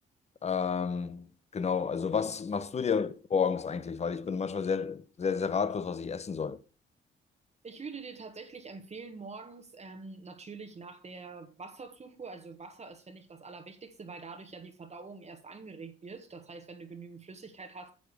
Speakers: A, on the left (about 35°); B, on the right (about 35°).
A: Ähm, genau, also was machst du dir morgens eigentlich? Weil ich bin manchmal sehr, sehr, sehr ratlos, was ich essen soll.
B: Ich würde dir tatsächlich empfehlen, morgens ähm, natürlich nach der Wasserzufuhr, also Wasser ist, finde ich, das Allerwichtigste, weil dadurch ja die Verdauung erst angeregt wird. Das heißt, wenn du genügend Flüssigkeit hast,